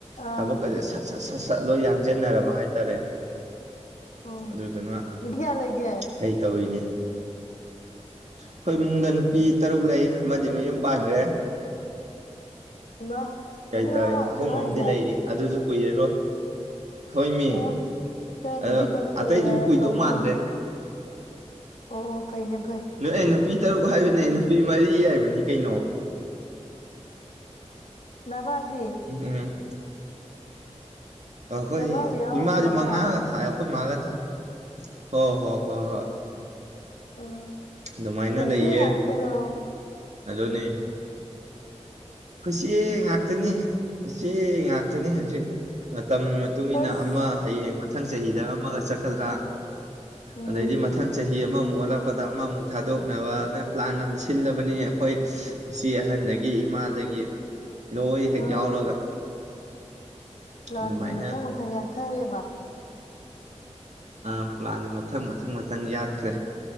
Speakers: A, on the left (about 85°); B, on the right (about 70°).
A: ꯑꯥ
B: ꯊꯕꯛ ꯑꯗꯨ ꯁꯠ ꯁꯠ ꯁꯠ ꯁꯠ ꯂꯣꯏ ꯌꯥꯡꯁꯤꯟꯅꯔꯕ ꯍꯥꯏꯇꯥꯔꯦ
A: ꯑꯣ
B: ꯑꯗꯨꯗꯨꯅ
A: ꯅꯨꯄꯤ ꯀꯌꯥ ꯂꯩꯒꯦ
B: ꯀꯩ ꯇꯧꯔꯤꯅꯦ ꯑꯩꯈꯣꯏ ꯏꯨꯡꯗ ꯅꯨꯄꯤ ꯇꯔꯨꯛ ꯂꯩ ꯑꯃꯗꯤ ꯃꯌꯨꯝ ꯄꯥꯟꯈ꯭ꯔꯦ
A: ꯏꯃꯥ
B: ꯀꯩ
A: ꯅꯪ ꯅꯅꯥꯎ
B: ꯇꯧꯋꯦ
A: ꯉꯥꯛꯇꯔꯣ
B: ꯑꯍꯨꯝ
A: ꯍꯥꯏꯁꯦ
B: ꯑꯃꯗꯤꯝ ꯂꯩꯔꯤ ꯑꯗꯨꯁꯨ ꯀꯨꯏꯔꯔꯣꯏ ꯍꯣꯏ ꯃꯤ
A: ꯑꯣ ꯀꯩ ꯅꯨꯄꯤ
B: ꯑꯗꯣ
A: ꯇꯔꯨꯛ
B: ꯑꯇꯩꯗꯨꯁꯨ
A: ꯂꯩ ꯍꯥꯏꯔꯒ
B: ꯀꯨꯏꯗꯧ
A: ꯑꯍꯨꯝ
B: ꯃꯥꯟꯗ꯭ꯔꯦ
A: ꯑꯨꯨꯝ ꯑꯣ ꯑꯣ ꯐꯩꯅꯩꯅ
B: ꯅ ꯑꯩ ꯅꯨꯄꯤ ꯇꯔꯨꯛ ꯍꯥꯏꯕꯅꯦ ꯑꯩ ꯅꯨꯄꯤ ꯃꯔꯤ ꯍꯥꯏꯕꯅꯤ ꯀꯩꯅꯣ
A: ꯅꯃꯗꯤ
B: ꯎꯝ ꯑꯩꯈꯣꯏ
A: ꯅꯃꯥꯒ ꯌꯥꯎꯔꯒ
B: ꯏꯃꯥꯥꯁꯦ
A: ꯃꯉꯥ
B: ꯃꯉꯥꯒ ꯊꯥꯏ ꯑꯩꯈꯣꯏ ꯏ ꯃꯥꯥꯒ ꯊꯥꯏ ꯍꯣ ꯍꯣꯏ ꯍꯣꯏ ꯍꯣꯏ
A: ꯑꯣ
B: ꯑꯗꯨꯃꯥꯏꯅ
A: ꯃꯁꯤ
B: ꯂꯩꯌꯦ
A: ꯌꯦ ꯍꯥꯥꯛꯇꯥꯔꯣ
B: ꯑꯗꯨꯅꯤ ꯑꯩꯆꯦ ꯉꯥꯛꯇꯅꯤ ꯏꯆꯦ ꯉꯥꯛꯇꯅꯤ ꯍꯧꯖꯤꯛ ꯃꯇꯝ ꯃꯇꯨꯡ
A: ꯑꯁ
B: ꯏꯟꯅ ꯑꯃ ꯍꯌꯦꯡ ꯃꯊꯪ ꯆꯍꯤꯗꯒ ꯑꯃꯒ ꯆꯠꯀꯗ꯭ꯔꯥ
A: ꯎꯝ
B: ꯑꯗꯩꯗꯤ ꯃꯊꯪ ꯆꯍꯤ ꯑꯃꯃꯨꯛ ꯑꯣꯠꯂꯛꯄ ꯈꯣꯠꯄꯗ ꯑꯃꯃꯨꯛ ꯊꯥꯗꯣꯛꯅꯕꯅ ꯄ꯭ꯂꯥꯟ ꯑꯃ ꯁꯤꯜꯂꯕꯅꯤ ꯑꯩꯈꯣꯏ ꯏꯆꯦ ꯑꯍꯟꯗꯒꯤ ꯏꯃꯥꯗꯒꯤ ꯂꯣꯏ
A: ꯑꯥ
B: ꯍꯦꯛ ꯌꯥꯎꯔꯒ
A: ꯂꯥꯟꯁꯦ
B: ꯑꯗꯨꯃꯥꯏꯅ
A: ꯃꯊꯪ ꯃꯊꯪ ꯌꯥꯊꯔꯦꯕ
B: ꯑ ꯄ꯭ꯂꯥꯟꯁꯦ ꯃꯊꯪ ꯃꯊꯪ ꯃꯊꯪ ꯌꯥꯠꯈ꯭ꯔꯦ